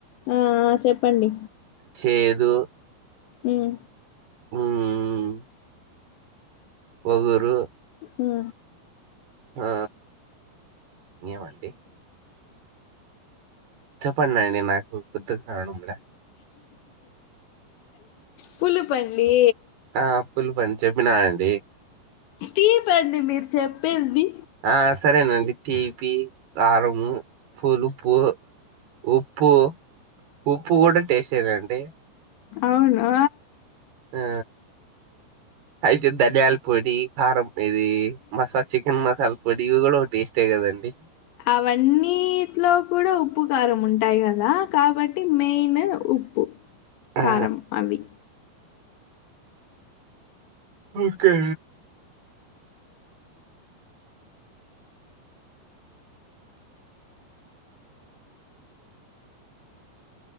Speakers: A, on the left; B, on the right.
A: ఒ ఒ చెప్పండి
B: చేదు
A: హ్మ్
B: మ్మ్ వగరు
A: మ్మ్
B: ఆ ఇంగేమండి చెప్పడి <inaudible> నండి నాకు గుర్తుకు రావడం ల్య
A: పులుపు అండి
B: ఆ ఫుల్ పంచ్ చెప్పిన అండి
A: తీపి అండి మీరు చెప్పింది
B: ఆ సరేనండి తీపి కారము పులుపు ఉప్పు ఉప్పు కూడా టెస్ట్ ఏనండి
A: అవును
B: ఆ అయితే ధనియాల పొడి కారం ఇది మసా చికెన్ మసాలా పో దీవి కూడా ఒ టేస్ట్ ఏ కదండి
A: అవన్నీట్లో కూడా ఉప్పు కారం ఉంటాయి కదా కాబట్టి మెయిన్ ఉప్పు
B: ఆ
A: కారం అవి
B: ఓకే